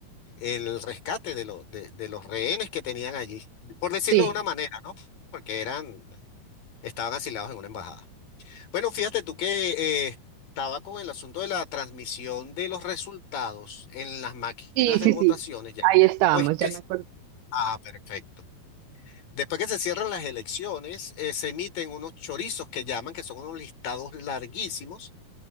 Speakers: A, on the left; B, on the right.
A: el rescate de, lo- de, de los rehenes que tenían allí, por decirlo
B: Sí,
A: de una manera, ¿no? Porque eran, estaban asilados en una embajada. Bueno, fíjate tú que eh, estaba con el asunto de la transmisión de los resultados en las máquinas
B: sí,
A: de
B: sí,
A: votaciones
B: sí.
A: ya.
B: Ahí estábamos,
A: Pues que...
B: ya me acuerdo.
A: Ah, perfecto. Después que se cierran las elecciones, eh, se emiten unos chorizos que llaman, que son unos listados larguísimos,